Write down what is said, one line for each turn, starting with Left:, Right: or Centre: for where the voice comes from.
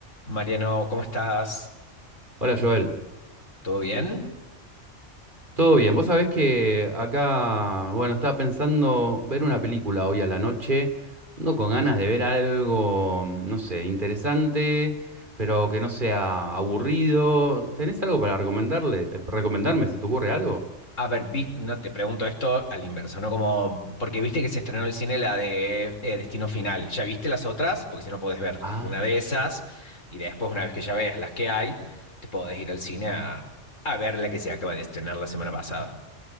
Left: Mariano, ¿cómo estás?
Right: Hola Joel,
Left: ¿Todo bien?
Right: ¿todo bien? Vos sabés que acá, bueno, estaba pensando ver una película hoy a la noche, ando con ganas de ver algo, no sé, interesante, pero que no sea aburrido. ¿Tenés algo para recomendarle? ¿Recomendarme? ¿Se te ocurre algo?
Left: A ver, vi- no te pregunto esto al inverso, ¿no? Como, porque viste que se estrenó en el cine la de eh, Destino Final. ¿Ya viste las otras? Porque si no podés ver
Right: Ah,
Left: una de esas y después, una vez que ya veas las que hay, te podés ir al cine a, a ver la que se acaba de estrenar la semana pasada.